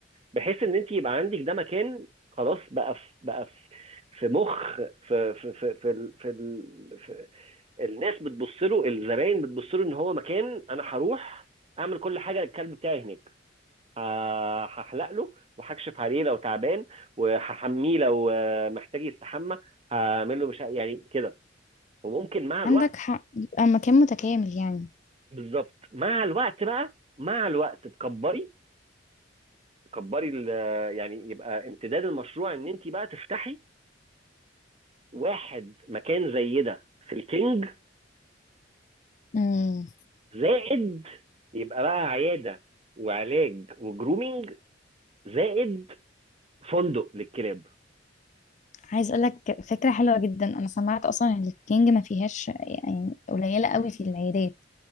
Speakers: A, on the right; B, on the left.
A: بحيث ان انت يبقى عندك ده مكان خلاص بقى في بقى في في مخ في في في في ال- في ال- في الناس بتبص له الزباين بتبص له ان هو مكان انا هروح اعمل كل حاجه للكلب بتاعي هناك ه- هحلق له وهكشف عليه لو تعبان وهحميه لو آه، محتاج يستحمى هعمل له مش ع- يعني كده وممكن مع الوقت
B: عندك حق يبقى مكان متكامل يعني
A: بالظبط مع الوقت بقى مع الوقت تكبري تكبري ال- يعني يبقى امتداد المشروع ان انت بقى تفتحي واحد مكان زي ده في الكينج
B: مم.
A: زائد يبقى بقى عياده وعلاج وجرومينج زائد فندق للكلاب
B: عايز اقول لك فكره حلوه جدا انا سمعت اصلا ان الكينج ما فيهاش يعني قليله قوي في العيادات